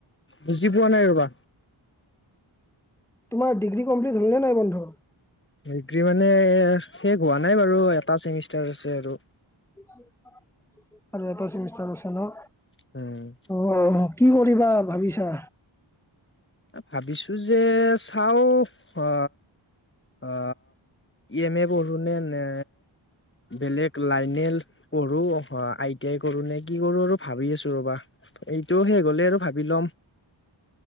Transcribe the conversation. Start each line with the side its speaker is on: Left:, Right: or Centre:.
Left: বুজি পোৱা নাই ৰবা।
Centre: তোমাৰ ডিগ্ৰী কমপ্লিট হল নে নাই বন্ধু।
Left: ডিগ্ৰী মানে শেষ হোৱা নাই বাৰু এটা চেমিষ্টাৰ আছে আৰু
Centre: আৰু এটা চেমিষ্টাৰ আছে ন।
Left: উম
Centre: অঁ কি কৰিবা ভাবিছা।
Left: ভাবিছো যে চাও অ অ এম এ পঢ়ো নে নে। বেলেগ লাইনে পঢ়ো অ আই। ক কৰো নে কি কৰো আৰু ভাবি আছো ৰ'বা এইটো শেষ হলেই আৰু ভাবি ল'ম